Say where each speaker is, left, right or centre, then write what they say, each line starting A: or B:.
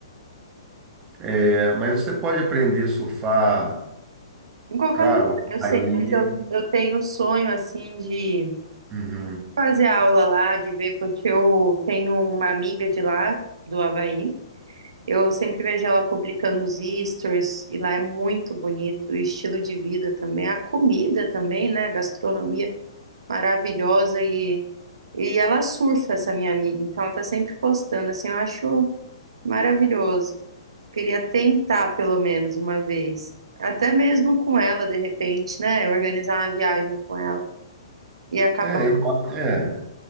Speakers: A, on the right; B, on the right.
A: É, mas você pode aprender a surfar,
B: Em qualquer
A: claro,
B: lugar, eu sei,
A: aí.
B: mas eu, eu tenho o sonho, assim, de
A: Uhum.
B: fazer aula lá, de ver, porque eu tenho uma amiga de lá, do Havaí. Eu sempre vejo ela publicando os stories, e lá é muito bonito, o estilo de vida também, a comida também, né? A gastronomia maravilhosa e, e ela surfa, essa minha amiga, então ela tá sempre postando, assim, eu acho maravilhoso. Queria tentar pelo menos uma vez, até mesmo com ela, de repente, né? Organizar uma viagem com ela e acabar.
A: É, eu, é,